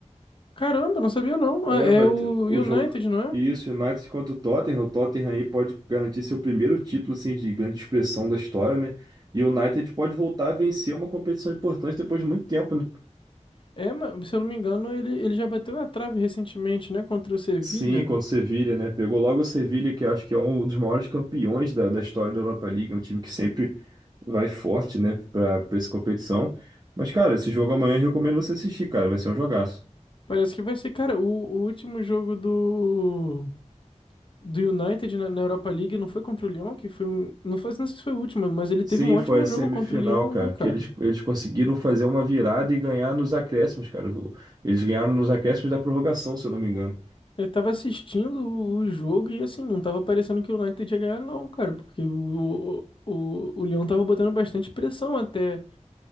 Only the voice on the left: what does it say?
Caramba, não sabia não.
Ah, É
o
United,
não
é?
É, mas se eu não me engano, ele, ele já bateu na trave recentemente, né, contra o Sevilla.
Parece que vai ser, cara, o o último jogo do. do United na, na Europa League não foi contra o Lyon, que foi um, não foi, não sei se foi o último, mas ele teve
um ótimo
jogo contra o Lyon,
né, cara?
Eu tava assistindo o, o jogo e assim, não tava parecendo que o United ia ganhar, não, cara, porque o, o, o Lyon tava botando bastante pressão até,